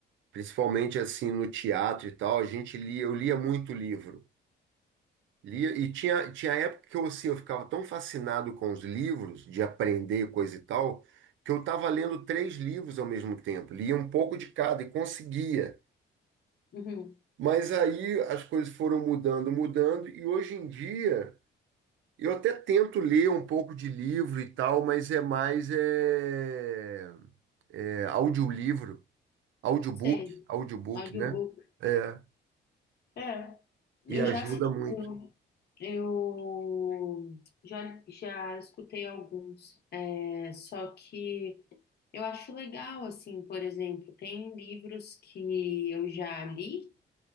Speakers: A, on the right; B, on the left.
A: principalmente assim no teatro e tal, a gente lia, eu lia muito livro. Lia, e tinha, tinha época que eu, assim, eu ficava tão fascinado com os livros, de aprender coisa e tal, que eu estava lendo três livros ao mesmo tempo, lia um pouco de cada e conseguia.
B: Uhum,
A: Mas aí as coisas foram mudando, mudando, e hoje em dia eu até tento ler um pouco de livro e tal, mas é mais é, é audiolivro, audiobook,
B: sei,
A: audiobook,
B: audiobook.
A: né? É,
B: É, eu
A: e ajuda
B: já assisti,
A: muito.
B: eu, eu já, já escutei alguns, é, só que eu acho legal, assim, por exemplo, tem livros que eu já li,